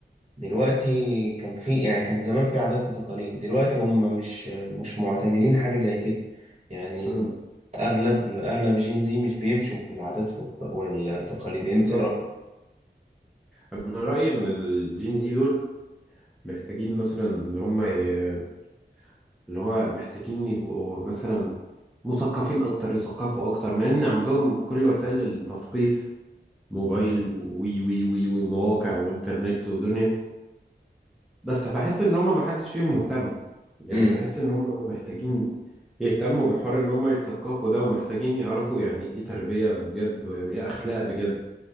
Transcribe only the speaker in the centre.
م.
بالظبط
انا رايي ان الجين زي دول محتاجين مثلا ان هم ي- اللي هو محتاجين يبقوا مثلا مثقفين اكتر يثقفوا اكتر مع ان عندهم كل وسائل التثقيف موبايل وي وي وي وي ومواقع وانترنت ودنيا بس بحس ان هم ما حدش فيهم مهتم يعني
بحس ان هم محتاجين يهتموا بحوار ان هم يتثقفوا ده ومحتاجين يعرفوا يعني ايه تربية بجد ويعني ايه اخلاق بجد